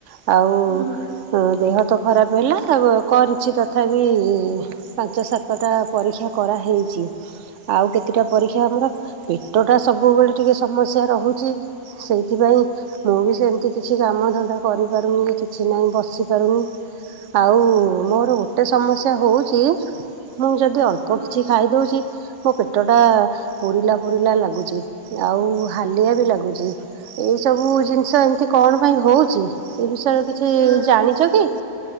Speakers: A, on the right (about 85°); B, on the right (about 40°).
A: ଆଉ
B: ହୁଁ।
A: ଦେହ ଭତ ଖରାପ ହେଲା କରିଛି ତଥାପି ପାଞ୍ଚ ସାତଟା ପରୀକ୍ଷା କରାହେଇଛି ଆଉ କେତେଟା ପରୀକ୍ଷା ଆମର ପେଟଟା ସବୁବେଳେ ଟିକଏ ସମସ୍ୟା ରହୁଛି ସେଇଥିପାଇଁ। ମୁଁ ବି ସେମିତି କିଛି କାମ ଧନ୍ଦା କରିପାରୁନି କିଛି ନହିଁ ବସି ପାରୁନି ଆଉ ମୋର ଗୋଟେ ସମସ୍ୟା ହୋଉଛି। ମୁଁ ଯଦି ଅଳ୍ପ
B: ହଁ
A: କିଛି ଖାଇଦୋଉଛି ମୋ ପେଟ ଟା ପୋଡିଲା ପୋଡିଲା ଲାଗୁଛି ଆଉ ହାଲିଆ ବି ଲାଗୁଛି ଏଇ ସବୁ ଜିନିଷ ଏମିତି କଣ ପାଇଁ ହଉଛି ଏ ବିଷ ସର କିଛି
B: ସେ
A: ଜାଣିଛ କି?